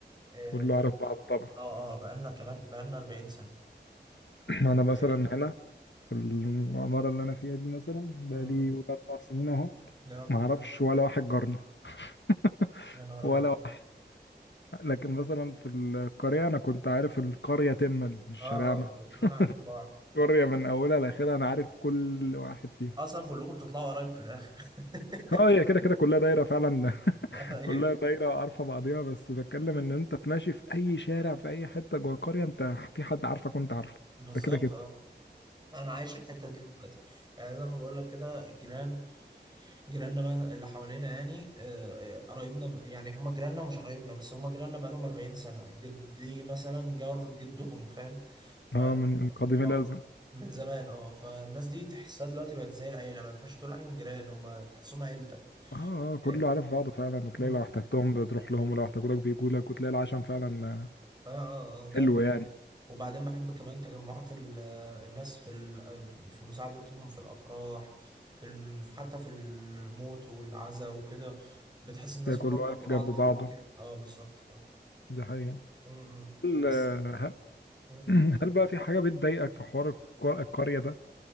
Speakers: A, on the right; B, on the left.
A: اه
B: كله
A: بقى-
B: عارف بعض طبعا
A: اه آه، بقالنا كمان بقالنا 40 سنة
B: <clears throat>
A: أنت
B: انا
A: متخيل؟
B: مثلا هنا في العمارة اللي انا فيها دي مثلا بقالي
A: امم
B: قول اربع سنين اهو
A: لا
B: ما اعرفش ولا واحد جارنا <laughs>
A: يا نهار
B: ولا
A: ابيض
B: واحد. لكن مثلا في القرية انا كنت عارف القرية تما مش
A: اه
B: شارعنا
A: اه ب- كلنا
B: <laughs>
A: عارفين بعض
B: القرية من اولها لاخرها انا عارف كل واحد فيهم
A: اصلا كلكم بتطلعوا قرايب في الاخر <laughs>
B: اه هي كده كده كلها دايره فعلا <laughs>
A: أيوة.
B: كلها دايره عارفه بعضيها بس بتكلم ان انت ماشي في اي شارع في اي حته جوه قريه انت في حد عارفك وانت عارفه
A: بالظبط
B: ده كده كده
A: اه انا عايش الحتة دي دلوقتي يعني زي ما بقول لك كده الجيران جيراننا ما- اللي حوالينا يعني آه، آه، قرايبنا م- يعني هما جيراننا ومش قرايبنا بس هما جيراننا بقالهم 40 سنة جدي مثلا جار جدهم فاهم ف
B: اه من من قديم
A: اه
B: الازل
A: من زمان اه فالناس دي تحسها دلوقتي بقت زي العيلة ما ينفعش تقول عليهم جيران هما تحسهم عيلتك
B: اه اه كله
A: اه
B: عارف بعضه فعلا وتلاقي
A: مم.
B: لو احتجتهم بتروح لهم ولو احتاجولك بيجولك وتلاقي العشم فعلا آه،
A: اه آه، آه،
B: حلو
A: جامد
B: يعني
A: وبعدين بحب كمان تجمعات ال- آه، الناس في ال- آه، في مساعدتهم في الأفراح في الم... في- حتى في الموت والعزا وكده بتحس الناس
B: تلاقي
A: بتقف
B: كله واقف
A: جنب بعض
B: جنب
A: في
B: بعضه
A: الأماكن اه بالظبط آه.
B: دي حقيقة
A: أمم.
B: هل
A: بس
B: آه،
A: أمم.
B: <clears throat> هل بقى في حاجة بتضايقك في حوار الق- القرية ده؟